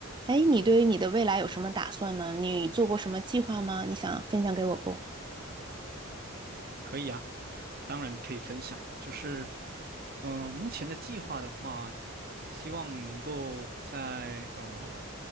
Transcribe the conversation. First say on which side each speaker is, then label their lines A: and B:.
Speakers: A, on the right; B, on the right.
A: 哎，你对于你的未来有什么打算呢？你做过什么计划吗？你想分享给我不？
B: 可以啊，当然可以分享。就是，呃，目前的计划的话，希望能够在呃